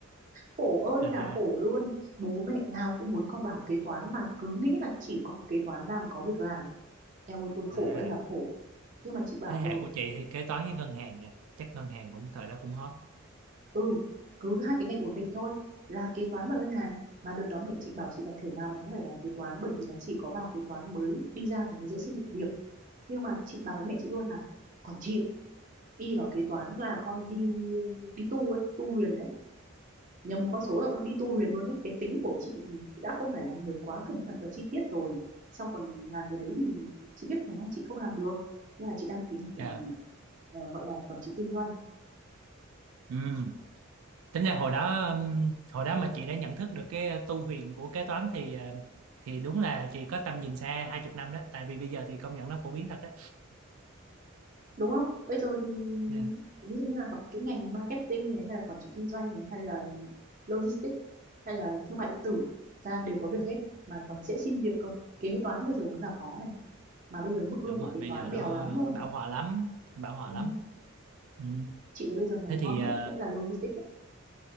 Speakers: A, on the right (about 40°); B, on the right (about 75°).
A: khổ ơi
B: à
A: là khổ luôn bố mẹ nào cũng muốn con vào học kế toán mà cứ nghĩ là chỉ có học kế toán ra mới có việc làm eo ơi tôi khổ
B: à
A: ơi là khổ nhưng mà chị bảo
B: thế
A: rồi
B: hệ của chị thì kế toán với ngân hàng nha chắc ngân hàng cũng thời đó cũng hot
A: ừ cứ hai cái ngành ổn định thôi là kế toán và ngân hàng mà đợt đó mẹ chị bảo chị là thể nào mày cũng phải vào kế toán bởi vì là chỉ có vào kế toán mới đi ra thì mới dễ xin được việc nhưng mà chị bảo với mẹ chị luôn là còn chịu y vào kế toán là con đi đi tu ấy tu huyền đấy nhầm một con số là con đi tu huyền luôn đấy cái tính của chị thì đã không phải là người quá cẩn thận và chi tiết rồi xong còn làm cái đấy thì chị biết khả năng chị không làm được nên là chị đăng ký học ờ,
B: dạ
A: ờ, gọi là quản trị kinh doanh
B: ừ. tính ra hồi đó ừm, hồi đó mà chị đã nhận thức được cái tu huyền của kế toán thì ờ, thì đúng là chị có tầm nhìn xa hai chục năm đó tại vì bây giờ thì công nhận nó phổ biến thật đó
A: đúng không bây giờ thì
B: Dạ,
A: ví dụ như là học cái ngành marketing này hay là quản trị kinh doanh này hay là logistics hay là thương mại điện tử ra đều có việc hết mà còn dễ xin việc cơ kế toán bây giờ mới là khó này mà bây giờ mức lương
B: đúng
A: của
B: rồi
A: kế
B: bây
A: toán
B: giờ
A: bèo
B: nó
A: lắm luôn
B: bão hòa lắm bão hòa
A: ừ.
B: lắm ừ.
A: chị thấy bây giờ ngành
B: thế
A: ngon
B: thì
A: nhất
B: ờ,
A: vẫn là logistics ấy.